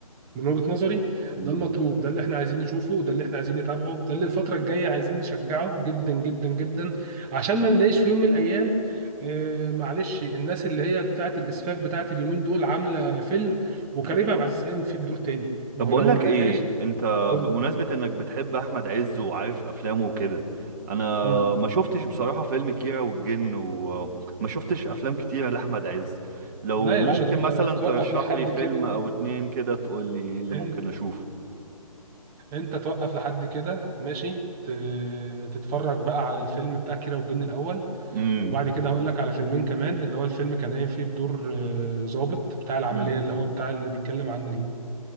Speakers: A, on the right; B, on the right.
A: من وجهة نظري
B: امم
A: ده المطلوب ده اللي احنا عايزين نشوفه ده اللي احنا عايزين نتابعه ده اللي الفترة الجاية عايزين نشجعه جدا جدا جدا عشان ما نلاقيش في يوم من الايام آه معلش الناس اللي هي بتاعت الاسفاف بتاعت اليومين دول عاملة فيلم وكريم عبد العزيز قايم فيه بدور تاني ما
B: طب
A: هو
B: بقول
A: لو
B: لك
A: ما لقاش
B: ايه انت
A: قول
B: بمناسبة انك بتحب احمد عز وعارف افلامه وكده انا
A: مم.
B: ما شفتش بصراحة فيلم كيرة والجن وما شفتش افلام كتيرة لاحمد عز لو
A: لا
B: ممكن
A: يا باشا ده انت
B: مثلا ترشح
A: توقف لحد
B: لي فيلم
A: كده
B: او اتنين كده تقول لي إيه اللي
A: انت
B: ممكن اشوفه
A: انت توقف لحد كده ماشي ت- تتفرج بقى على الفيلم بتاع كيرة والجن الاول
B: امم
A: وبعد كده هقول لك على فيلمين كمان اللي هو الفيلم كان قايم فيه بدور آه، ضابط بتاع العملية
B: امم
A: اللي هو بتاع اللي بيتكلم عن